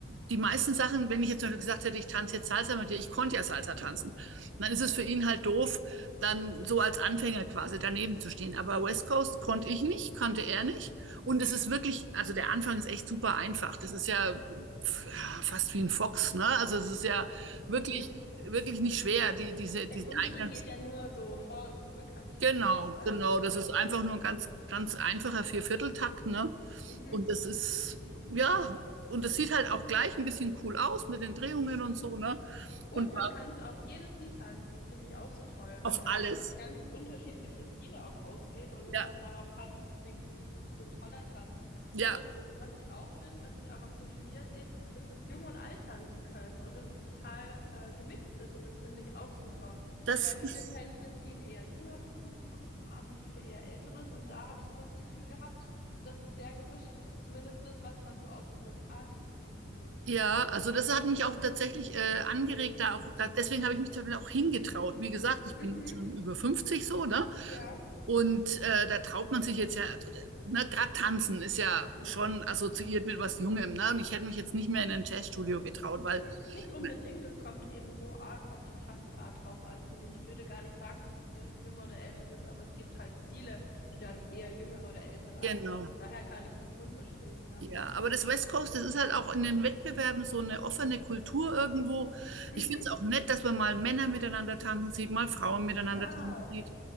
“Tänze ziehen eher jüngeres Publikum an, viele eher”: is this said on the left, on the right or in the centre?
Left